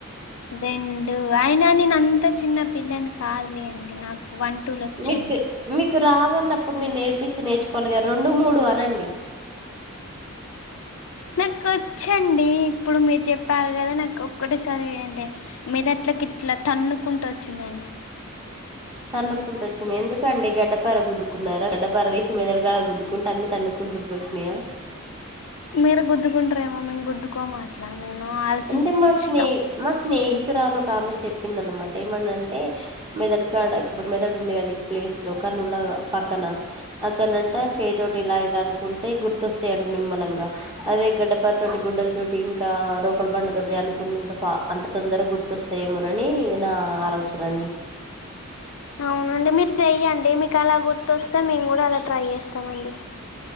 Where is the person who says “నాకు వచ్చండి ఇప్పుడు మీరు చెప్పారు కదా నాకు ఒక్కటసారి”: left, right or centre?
Left